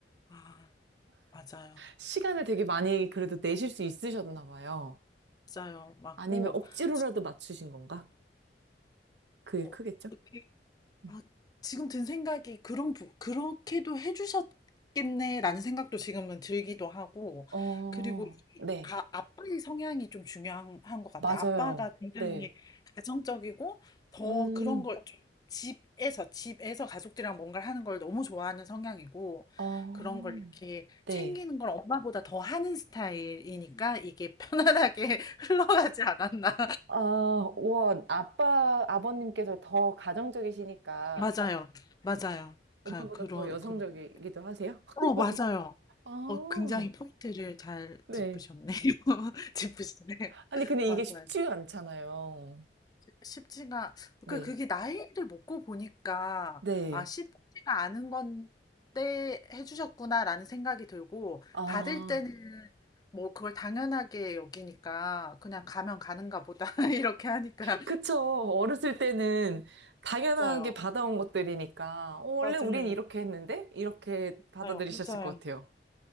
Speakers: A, on the left; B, on the right.
A: 아, 맞아요.
B: 시간을 되게 많이 그래도 내실 수 있으셨나 봐요.
A: 맞아요. 맞고,
B: 아니면 억지로라도
A: 지-
B: 맞추신 건가? 그게
A: 어,
B: 크겠죠?
A: 이렇게,
B: 음.
A: 아, 지금 든 생각이 그런, 부- 그렇게도 해주셨겠네라는 생각도 지금은 들기도 하고,
B: 어,
A: 그리고 이
B: 네.
A: 아, 아빠의 성향이 좀 중요한 한것 같아요.
B: 맞아요.
A: 아빠가 굉장히
B: 네.
A: 가정적이고, 더
B: 음.
A: 그런 걸 좀 집에서, 집에서 가족들이랑 뭔가를 하는 걸 너무 좋아하는 성향이고,
B: 어,
A: 그런 걸 이렇게
B: 네.
A: 챙기는 걸 엄마보다 더 하는 스타일이니까 이게 편안하게 <laughs> 흘러가지 않았나.
B: 아, 와, 아빠, 아버님께서 더 가정적이시니까
A: 맞아요. 맞아요.
B: 엄마보다
A: 가, 그런,
B: 더 여성적이기도
A: 그런.
B: 하세요? <laughs>
A: 어, 맞아요.
B: 아,
A: 어, 굉장히 포인트를 잘
B: 네.
A: 짚으셨네요. <laughs> 짚으시네.
B: 아니, 근데
A: 맞아요.
B: 이게 쉽지 않잖아요.
A: 쉽- 쉽지가,
B: 네.
A: 그, 그게 나이를 먹고 보니까,
B: 네.
A: 아, 쉽지가 않은 건데 해주셨구나라는 생각이 들고,
B: 아,
A: 받을 때는 뭐 그걸 당연하게 여기니까, 그냥 가면 가는가 보다, <laughs> 이렇게 하니까.
B: 그쵸. 어렸을 때는 당연하게
A: 맞아요.
B: 받아온 것들이니까, 어, 원래
A: 맞아요.
B: 우린 이렇게 했는데? 이렇게 받아들이셨을
A: 맞아요. 맞아요.
B: 것 같아요.